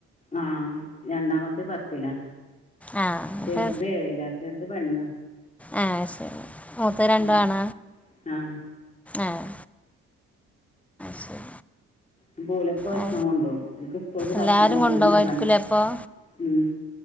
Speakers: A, on the left (about 25°); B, in the centre.
A: ആഹ് രണ്ടാമത്തെ പത്തിലാ
B: ആ
A: ചെറുത്
B: അപ്പോൾ
A: ഏഴിലാ ചെറുത് പെണ്ണാ
B: ആഹ് അയ് ശരി മൂത്ത രണ്ടു
A: ഉം
B: ആണ
A: ആഹ്
B: ആഹ് ശരി
A: മ്പൊ ഓലൊക്കെ ഭക്ഷണം
B: ആ
A: കൊണ്ടകും ഓല്ക്ക് സ്കൂള് ക്ക്‌ ഭക്ഷണം
B: എല്ലാവരും
A: കൊണ്ടല്
B: കൊണ്ടുപോകാമായിരിക്കില്ലേ
A: നിർവൻ
B: അപ്പോൾ
A: ഉം